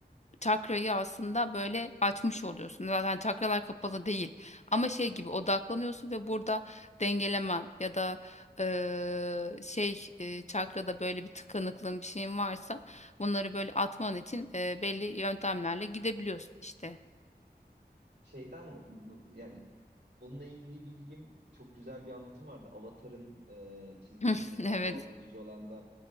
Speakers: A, on the left; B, on the right.
A: çakrayı aslında böyle açmış oluyorsun. Zaten çakralar kapalı değil ama şey gibi odaklanıyorsun ve burada dengelemen ya da eee, şey eee, çakrada böyle bir tıkanıklığın bir şeyin varsa bunları böyle atman için eee, belli yöntemlerle gidebiliyorsun işte.
B: Şeyden bunu yani bununla ilgili bilgim çok güzel bir anlatım vardı. Avatar'ın e, çizgi
A: <laughs>
B: filminde
A: Evet,
B: bu hava bükücü olan da